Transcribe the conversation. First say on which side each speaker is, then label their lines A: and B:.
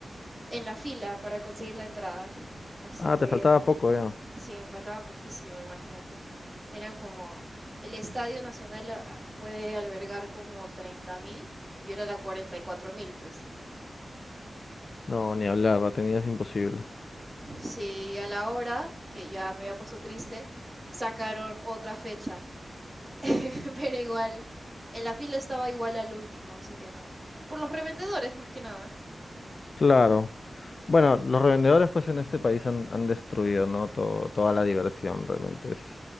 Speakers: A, on the right; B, on the left.
A: en la fila para conseguir la entrada. Así
B: Ah,
A: que
B: te faltaba poco ya.
A: sí, me faltaba poquísimo, imagínate. Eran como, el Estadio Nacional ah, puede albergar como 30.000 y yo era la 44.000, pues.
B: No, ni hablar, la tenías imposible.
A: Sí, a la hora, que ya me había puesto triste, sacaron otra fecha. <laughs> Pero igual, en la fila estaba igual al último, así que no. Por los revendedores, más que nada.
B: Claro. Bueno, los revendedores pues en este país han, han destruido, ¿no? Todo- toda la diversión realmente. Es,